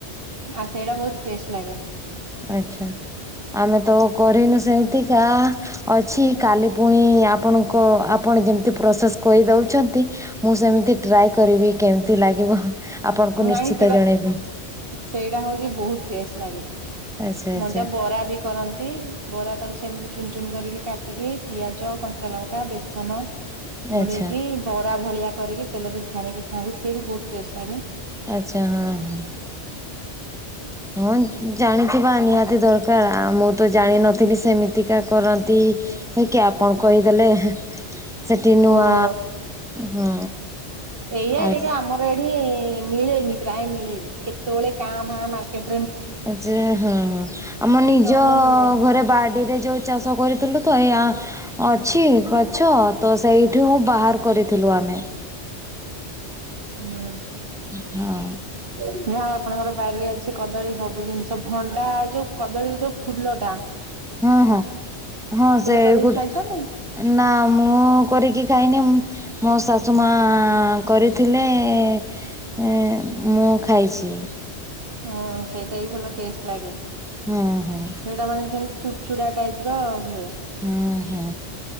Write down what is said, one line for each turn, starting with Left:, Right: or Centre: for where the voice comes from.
Right: ଆ ସେଇଟା ବୋହୁତ୍ ଟେଷ୍ଟ୍ ଲାଗେ।
Centre: ଆଚ୍ଛା ଆମେ ତ କରେଇନୁ ସେଏତିକା ଅ ଛି କାଲି ପୁଣି ଆପଣଙ୍କ ଆପଣ ଯେମ୍ ତି ପ୍ରସେସ୍ କହିଦଉଛନ୍ତି ମୁଁ ସେମିତି ଡ୍ରାଏ କରିବି କେମ୍ ତି ଲାଗିବ। ଆପଣଙ୍କୁ
Right: ଉମ୍ ନାଇଁ
Centre: ନିଶ୍ଚିତ
Right: ସେଗର୍
Centre: ଜଣେଇବି
Right: ସେଇଟା ହୋଉଛି ବୋହୁତ୍ ଚେସ୍ ଲାଗେ
Centre: ଆଚ୍ଛା ଆଚ୍ଛା
Right: ମଞ୍ଜା ବରା ବି କରନ୍ତି। ବରା ତାକୁ ସେମ୍ ତି ଚୁନ୍ ଚୁନ୍ କରିକି କାଟିକି ପିଆଜ କଞ୍ଚା ଲଙ୍କା ବେସନ
Centre: ଆଚ୍ଛା।
Right: ଗୋଳେଇକି ବରା ଭଳିଆ କରିକି ତେଲରେ ଛାଣିକି ଖାଆନ୍ତି ସିଏ ବି ବୋହୁତ୍ ବହୁତ୍ ଟେଷ୍ଟ୍ ଲାଗେ।
Centre: ଆଚ୍ଛା ହଁ ହଁ। ହଁ ଜାଣିଥିବା ନିହାତି ଦରକାର୍ ଆ ମୁଁ ତ ଜାଣିନଥିଲି ସେମିତିକା କରନ୍ତି ହେକି ଆପଣ କହିଦେଲେ ସେଠି ନୂଆ
Right: ମୁଁ
Centre: ହଁ।
Right: ଏଇଆ
Centre: ଆ
Right: ଟିକେ ଆମର ଏଠି ମିଳେନି ପ୍ରାଏ ମିଳେନି କେ ତୋଳେ କାଁ ଭାଁ ମା <unintelligible>
Centre: ଆଚେରେ ହଁ ହଁ ଆମ ନିଜ
Right: ନହେଲେ ମିଳେନି
Centre: ଘରେ ବାଡିରେ ଯୋଉ ଚାଷ କରିଥିଲୁ ତ ଏଆ ଅଛି ଗଛ ତ ସେଇଠୁ ବାହାର୍ କରିଥିଲୁ ଆମେ।
Right: ଉଁ।
Centre: ହଁ।
Right: ଯାହା ଆପଣଙ୍କର ବାରିରେ ଅଛି କଦଳୀ ସବୁ ଜିନ୍ ଷ ଭଣ୍ଡା ଏଇ ଯୋଉ କଦଳୀର ଯୋଉ ଫୁଲଟା
Centre: ହଁ ହଁ ହଁ ସେ
Right: କରିକି
Centre: ଗୋଟେ
Right: ଖାଇଛନ୍ତି
Centre: ଏ ନା ମୁଁ କରିକି ଖାଇନି ମୁଁ ମୋ ଶାଶୁ ମା କରିଥିଲେ ଏ ମୁଁ ଖାଇଛି।
Right: ହୁଁ ସେଇଟା ବି ଭଲ ଟେଷ୍ଟ୍ ଲାଗେ।
Centre: ହଁ ହଁ
Right: ସେଡ଼ା ମାନେ <unintelligible> ଚୁଡ଼୍ ଚୁଡ଼ା ଟାଇପ୍ ର ହୁଏ।
Centre: ହୁଁ ହୁଁ